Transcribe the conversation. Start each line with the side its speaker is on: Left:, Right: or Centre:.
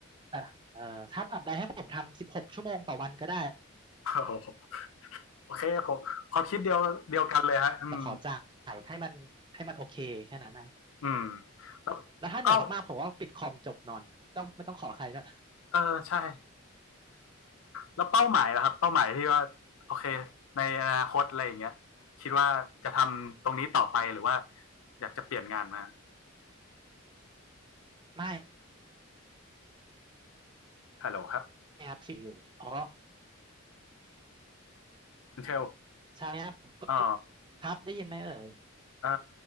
Right: แต่เอ่อถ้าตัดใดให้ผมทำสิบหกชั่วโมงต่อวันก็ได้
Left: <laughs> โอโหโอเคผมความคิดเดียวเดียวกันเลยฮะอืม
Right: แต่ขอจ่ายให้มันให้มันโอเคแค่นั้นนะ
Left: อืมแล้วเป้า
Right: แล้วถ้าเหนื่อยมากๆผมว่าปิดคอมจบนอนต้องไม่ต้องขอใครด้วย
Left: เออใช่แล้วเป้าหมายนะครับเป้าหมายที่ว่าโอเคในอนาคตอะไรอย่างเงี้ยคิดว่าจะทำตรงนี้ต่อไปหรือว่าอยากจะเปลี่ยนงานมา
Right: ไม่
Left: ฮัลโหลครับ
Right: ครับฟรีอยู่เพราะ
Left: คุณเชล
Right: ใช่ครับผมก็
Left: อ๋อ
Right: ครับได้ยินไหมเอ่ย
Left: เออ